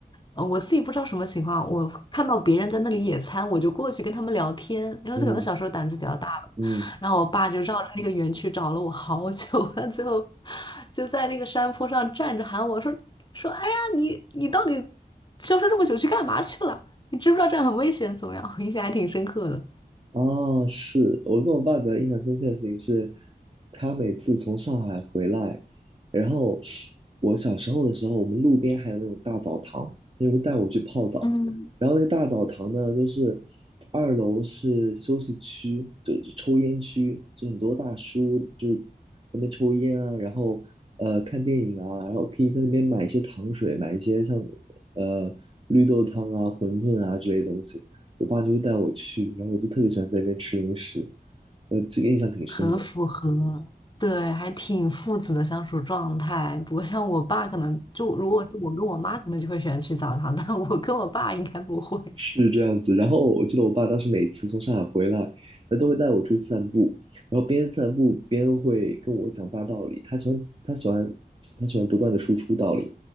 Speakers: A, on the left; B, on the right.
A: 呃，我自己不知道什么情况，我看到别人在那里野餐，我就过去跟他们聊天，因为可能小时候胆子比较大吧。
B: 嗯嗯，
A: 然后我爸就绕着那个园区找了我好久，<laughs> 他最后就在那个山坡上站着喊我说说，哎呀，你你到底消失这么久去干嘛去了？你知不知道这样很危险？怎么样？<laughs> 我印象还挺深刻的，
B: 哦，是我跟我爸比较印象深刻的事情是，他每次从上海回来，然后我小时候的时候，我们路边还有那种大澡堂，他就会带我去泡澡。
A: 嗯，
B: 然后那个大澡堂呢，就是二楼是休息区，就就抽烟区，就很多大叔就是在那边抽烟啊，然后呃看电影啊，然后可以在那边买一些糖水，买一些像呃绿豆汤啊、馄饨啊之类的东西。我爸就会带我去，然后我就特别喜欢在那边吃零食，呃，这个印象挺深的，
A: 很符合，对，还挺父子的相处状态。不过像我爸可能就如果是我跟我妈，可能就会喜欢去澡堂，但我跟我爸应该不会。
B: 是这样子。然后我记得我爸当时每次从上海回来，他都会带我出去散步，然后边散步边会跟我讲大道理，他喜欢他喜欢他喜欢不断的输出道理。